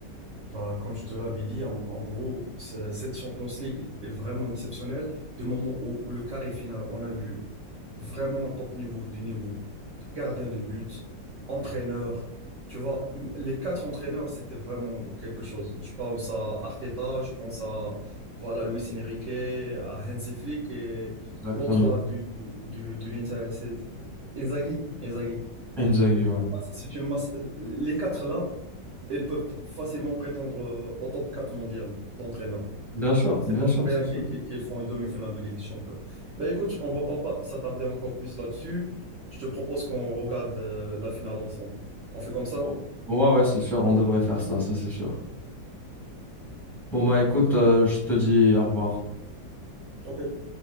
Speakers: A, on the right; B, in the centre.
A: bah, comme je te l'avais dit, en, en gros, c'est- cette Champions League est vraiment exceptionnelle. Du moment où le carré final, on a vu vraiment en top niveau, du niveau gardien de but, entraîneur. Tu vois, m- les quatre entraîneurs, c'était vraiment quelque chose. Je pense à Arteta, je pense à voilà, Luis Enrique, à Hansi Flick et
B: Exactement.
A: l'autre là du, du, de l'Inter, c'est c'est Inzaghi. Inzaghi.
B: Inzaghi,
A: Euh,
B: ouais.
A: pour moi, c'est une masse. euh, Les quatre là, ils peuvent facilement prétendre euh, au top 4 mondial d'entraîneurs.
B: Bien sûr,
A: C'est
B: bien
A: pas pour
B: sûr, c'est
A: rien qu'ils
B: sûr.
A: qu'ils- font une demi-finale de Ligue des Champions. Ben écoute, on va pas pas s'attarder encore plus là-dessus. Je te propose qu'on regarde euh, la finale ensemble. On fait comme ça?
B: Oh. Ouais, ouais, c'est sûr, on devrait faire ça, ça c'est sûr. Bon, bah écoute, euh, je te dis au revoir.
A: Ok.